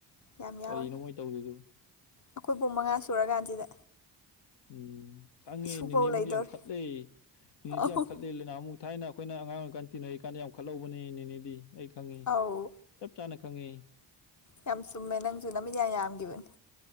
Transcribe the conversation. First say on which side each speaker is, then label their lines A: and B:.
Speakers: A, on the left (about 40°); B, on the left (about 70°).
A: ꯌꯥꯝ
B: ꯀꯔꯤꯅꯣ
A: ꯌꯥꯎꯔꯦ
B: ꯃꯣꯏ ꯇꯧꯔꯤꯗꯨꯕꯨ
A: ꯑꯈꯣꯏꯐꯣꯛ ꯃꯉꯥ ꯁꯨꯔꯀꯥꯟꯁꯤꯗ
B: ꯎꯝ ꯈꯪꯉꯦ
A: ꯏꯁꯨꯐꯧ
B: ꯅꯦꯅꯦꯕꯨꯗꯤ
A: ꯂꯩꯗꯧꯔꯦ
B: ꯌꯥꯝ ꯈꯠꯂꯦ ꯅꯦꯅꯦꯗꯤ
A: ꯑꯧ
B: ꯌꯥꯝ ꯈꯠꯂꯦ ꯂꯩꯅꯥꯍꯨ ꯊꯥꯏꯅ ꯑꯈꯣꯏꯅ ꯑꯉꯥꯡ ꯑꯣꯏꯔꯤꯀꯥꯟ ꯇꯤꯟꯅꯔꯤꯀꯥꯟꯗ ꯌꯥꯝ ꯈꯠꯍꯧꯕꯅꯦ ꯅꯦꯅꯦꯗꯤ ꯑꯩ ꯈꯪꯉꯦ
A: ꯑꯧ
B: ꯆꯞ ꯆꯥꯅ ꯈꯪꯉꯦ
A: ꯌꯥꯝ ꯆꯨꯝꯃꯦ ꯅꯪꯖꯨ ꯅꯃꯤꯠ ꯌꯥꯝ ꯌꯥꯝꯒꯤꯕꯅꯦ